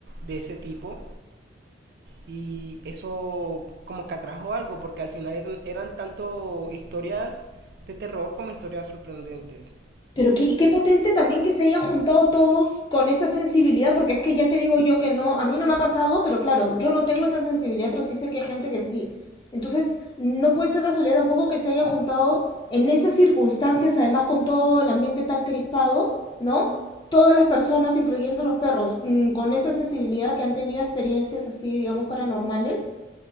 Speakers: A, on the right; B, on the left.
A: de ese tipo, y eso como que atrajo algo, porque al final eran, eran tanto historias de terror como historias sorprendentes.
B: Pero qué, qué potente también que se hayan juntado todos con esa sensibilidad, porque es que ya te digo yo que no, a mí no me ha pasado, pero claro, yo no tengo esa sensibilidad, pero sí sé que hay gente que sí. Entonces, no puede ser casualidad tampoco que se hayan juntado en esas circunstancias, además con todo el ambiente tan crispado, ¿no? Todas las personas, incluyendo los perros, mm, con esa sensibilidad que han tenido experiencias así, digamos, paranormales.